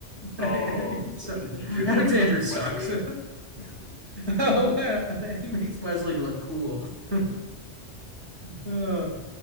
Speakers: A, on the right (about 65°); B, on the left (about 45°).
A: <laughs>
B: Oh,
A: So-
B: so d- did you
A: Alexander
B: hate him as much as
A: sucks.
B: Wesley?
A: <laughs>
B: <laughs>
A: Oh, well, he makes Wesley look cool. <laughs> Uh,